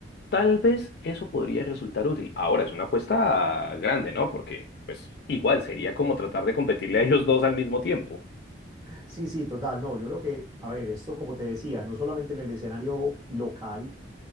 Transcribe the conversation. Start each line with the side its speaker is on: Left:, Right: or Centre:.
Left: Tal vez eso podría resultar útil. Ahora, es una apuesta grande, ¿no? Porque, pues, igual sería como tratar de competirle a ellos dos al mismo tiempo.
Right: Sí, sí, total, no, yo creo que, a ver, esto como te decía, no solamente en el escenario local,